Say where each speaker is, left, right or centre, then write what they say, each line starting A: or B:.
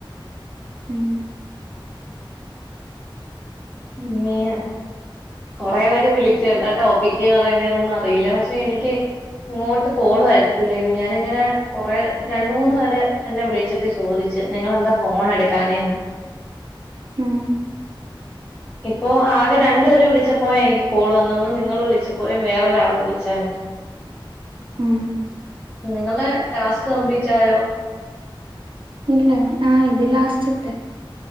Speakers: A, on the right; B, on the left.
A: ഉം
B: മന്ന <unintelligible> കൊറെ പേര് വിളിച്ച് എന്താ ടോപ്പിക്ക് പറയേണ്ടതൊന്നും അറിയില്ല പക്ഷെ എനിക്ക്- ഇങ്ങോട്ട് കോള് വരത്തില്ലാരുന്നു ഞാനിങ്ങനെ കൊറെ രണ്ട് മൂന്ന് പേര് എന്നെ വിളിച്ച- വിളിച്ചിട്ട് ചോദിച്ചു നിങ്ങളെന്താ ഫോൺ എടുക്കാഞ്ഞെന്ന്
A: ഉം
B: ഇപ്പോ ആകെ രണ്ടു പേര് വിളിച്ചപ്പോയ എനിക്ക് കോള് വന്നത് ഒന്ന് നിങ്ങള് വിളിച്ചപ്പോ വേറൊരാള് വിളിച്ചായിരുന്നു
A: ഉം
B: നിങ്ങളുടെ ടാസ്ക് കംപ്ലീറ്റ് ആയോ
A: ഇല്ല ആഹ് ഇത് ലാസ്റ്റില്ലത്തെ